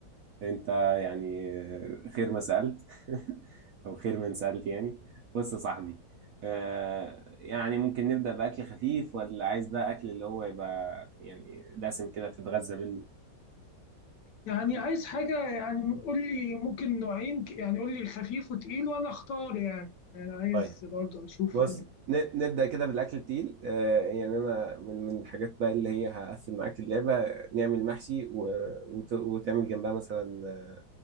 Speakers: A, on the right (about 65°); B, on the left (about 70°).
A: انت يعني آه، خير ما سألت <laughs> او خير من سألت يعني بص يا صاحبي آه، يعني ممكن نبدأ بأكل خفيف ولا عايز بقى أكل اللي هو يبقى يعني دسم كده تتغذى منه
B: يعني عايز حاجه يعني قول لي ممكن نوعين ك- يعني قول لي خفيف وتقيل وانا اختار يعني انا عايز
A: طيب
B: برضه اشوف
A: بص ن- نبدأ كده بالأكل التقيل آه، يعني أنا من من الحاجات بقى اللي هي هقفل معاك اللعبة نعمل محشي و- وت- وتعمل جنبها مثلا آه،